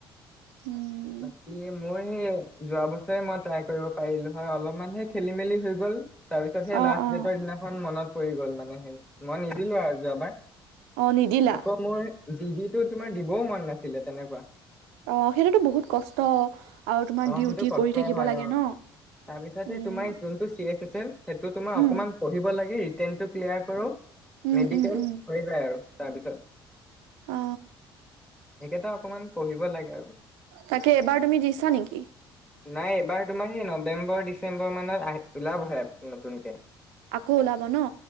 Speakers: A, on the right; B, in the centre.
A: উম।
B: কি মোৰ সেই যোৱা বছৰে মই ট্ৰাই কৰিব পাৰিলো হয় অলপমানহে খেলি মেলি হৈ গ'ল। তাৰপিছত সেই
A: অ
B: লাষ্ট
A: অ
B: ডেটৰ দিনাখন মনত পৰি গ'ল মানে সেই মই নিদিলো আৰু যোৱাবাৰ।
A: অ নিদিলা
B: আকৌ মোৰ জি ডিটো তোমাৰ দিবও মন নাছিলে তেনেকুৱা।
A: অ সেইটোতো বহুত কষ্ট আৰু তোমাৰ
B: অ
A: ডিউটি
B: সেইটো কষ্টৰ
A: কৰি থাকিব-
B: হয়
A: লাগে
B: অ
A: ন
B: তাৰপিছত
A: উম
B: তোমাৰ যোনটো চি এ চে চেল সেইটো তোমাৰ
A: উম
B: অকমান পঢ়িব লাগে ৰিতেনটো ক্লিয়াৰ কৰক
A: উম
B: মেডিকেল
A: উম উম
B: হৈ যায় আৰু তাৰপাছত
A: অ
B: সেইকেইটা অকমান পঢ়িব লাগে আৰু।
A: তাকে এবাৰ তুমি দিছা নেকি?
B: নাই এইবাৰ তোমাৰ সেই নৱেম্বৰ ডিচেম্বৰ মানত আহি ওলাবহে নতুনকে।
A: আকৌ ওলাব ন?